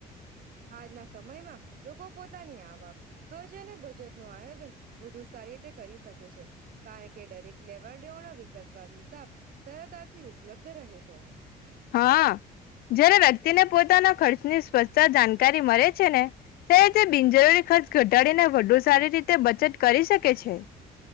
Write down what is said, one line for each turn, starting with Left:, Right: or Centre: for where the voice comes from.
Right: આજના સમયમાં લોકો પોતાની આવક, ખર્ચ અને બચતનું આયોજન વધુ સારી રીતે કરી શકે છે. કારણ કે દરેક લેવલ દેવલનો વિગતવાર હિસાબ સરતાથી ઉપલબ્ધ રહે છે.
Left: હા, જયારે વ્યક્તિને પોતાના ખર્ચની સ્વચ્છતા જાણકારી મળે છે ને ત્યારે તે બિનજરૂરી ખર્ચ ઘટ <unintelligible> વધુ સારી રીતે બચત કરી શકે છે